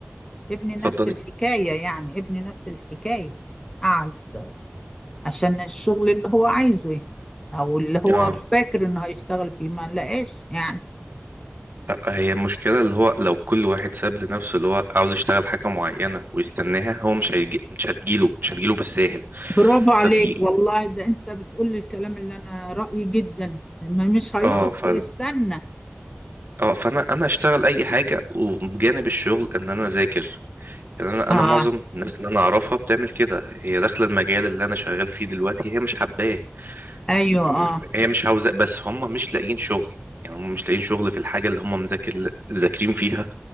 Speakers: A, on the left; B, on the right.
A: ابني نفس
B: اتفضلي
A: الحكاية يعني ابني نفس الحكاية يعني قعد عشان الشغل اللي هو عايزه يعني، او اللي هو
B: اه
A: فاكر انه هيشتغل فيه ما لقاش يعني
B: لأ، هي المشكلة اللي هو لو كل واحد ساب لنفسه اللي هو عاوز يشتغل حاجة معينة ويستناها هو مش هيجي مش هتجيله مش هتجيله بالساهل
A: برافو عليك
B: ففي
A: والله ده انت بتقول لي الكلام اللي انا رأيي جدا ما مش هيقف
B: اه ف
A: ويستنى
B: اه فانا انا اشتغل اي حاجة وبجانب الشغل ان انا اذاكر يعني انا
A: اه
B: انا معظم الناس اللي انا اعرفها بتعمل كده هي داخله المجال اللي انا شغال فيه دلوقتي هي مش حباه
A: ايوه
B: م-
A: اه
B: هي مش عاوزاه بس هم مش لاقيين شغل يعني هم مش لاقيين شغل في الحاجه اللي هم مذاكر ذاكرين فيها